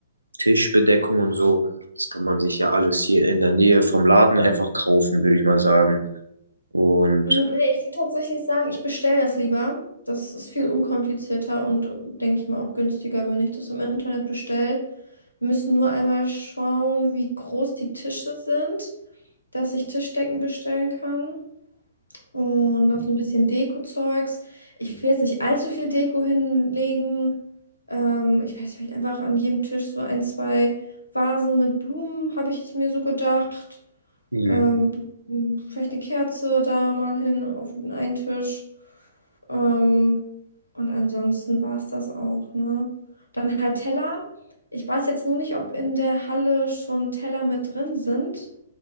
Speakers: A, on the right (about 80°); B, on the left (about 80°).
A: Tischbedeckung und so. Das kann man sich ja alles hier in der Nähe vom Laden einfach kaufen, würde ich mal sagen. Und
B: Mm, Nee, ich würde tatsächlich sagen, ich bestelle das lieber. Das ist viel unkomplizierter und denke ich mal auch günstiger, wenn ich das im Internet bestelle. Wir müssen nur einmal schauen, wie groß die Tische sind, dass ich Tischdecken bestellen kann. Und noch so ein bisschen Deko-Zeugs. Ich will jetzt nicht allzu viel Deko hinlegen. Ähm, ich weiß, vielleicht einfach an jedem Tisch so ein, zwei Vasen mit Blumen, habe ich jetzt mir so gedacht.
A: hm,
B: Ähm, vielleicht eine Kerze da mal hin auf den einen Tisch. Ähm, und ansonsten war es das auch, ne? Dann halt Teller. Ich weiß jetzt nur nicht, ob in der Halle schon Teller mit drin sind